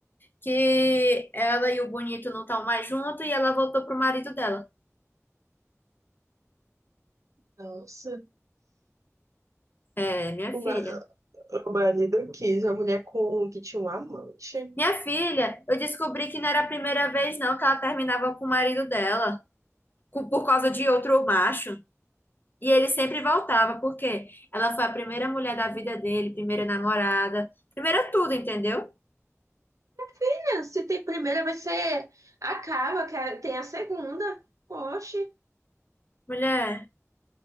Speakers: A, on the left; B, on the right.
A: que ela e o bonito não estão mais juntos e ela voltou pro marido dela.
B: Nossa,
A: É, minha
B: o
A: filha.
B: ma- o marido quis uma mulher com que tinha um amante.
A: Minha filha, eu descobri que não era a primeira vez não que ela terminava com o marido dela, co- por causa de outro macho. E ele sempre voltava, porque ela foi a primeira mulher da vida dele, primeira namorada, primeira tudo, entendeu?
B: É, Se tem primeira, vai ser. Acaba, que a- tem a segunda. Poxa.
A: Mulher,